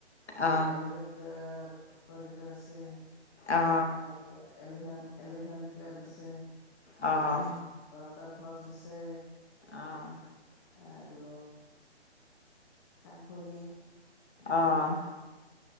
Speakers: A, on the left; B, on the left.
A: অ
B: এলিফেণ্ট কৰিডৰ আছে
A: অ
B: আৰু এলিভেন -এলিভেণ্ট প্লেণ্ট আছে।
A: অ',
B: ৱাতাৰফলচ আছে
A: অহ ',
B: আৰু সাত - ভনী
A: অহ